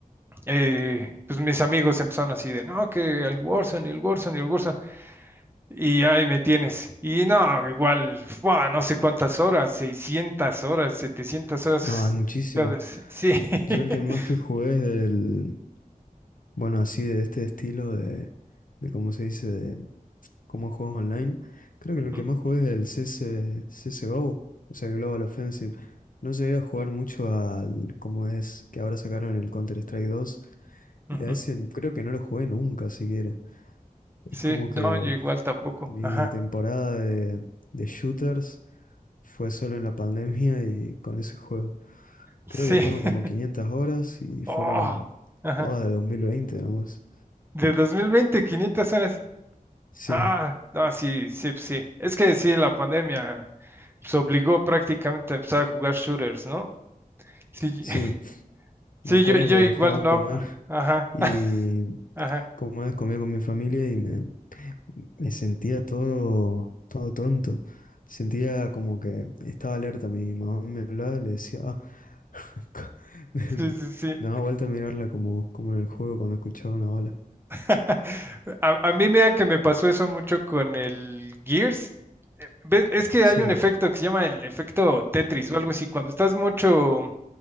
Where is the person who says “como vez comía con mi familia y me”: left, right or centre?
Left